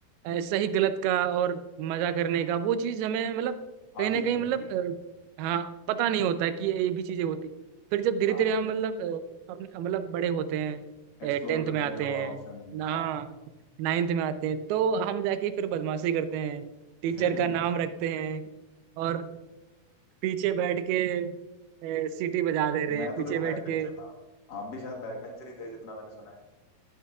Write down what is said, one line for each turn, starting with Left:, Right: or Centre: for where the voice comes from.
Right: अ, सही गलत का और मजा करने का वो चीज हमें मतलब कहीं
Left: आती
Right: ना
Left: नहीं
Right: कहीं
Left: होती
Right: मतलब
Left: है
Right: अ, हाँ पता नहीं होता है कि ये भी चीजें होती हैं। फिर जब धीरे
Left: हाँ
Right: धीरे हम मतलब अ, अपने मतलब बड़े होते हैं
Left: एक्सप्लोर
Right: टेंथ
Left: करते
Right: में आते
Left: हैं
Right: हैं
Left: और ऑप्शन
Right: ना
Left: हाँ
Right: नाइन्थ में आते हैं तो हम जाके फिर बदमाशी करते हैं टीचर
Left: <laughs>
Right: का नाम रखते हैं और पीछे बैठ के ए, सीटी बजा दे रहे
Left: मैं
Right: हैं पीछे
Left: तो देखो
Right: बैठ
Left: बैक बेंचर
Right: के
Left: था आप भी शायद बैक बेंचर ही थे जितना मैंने सुना है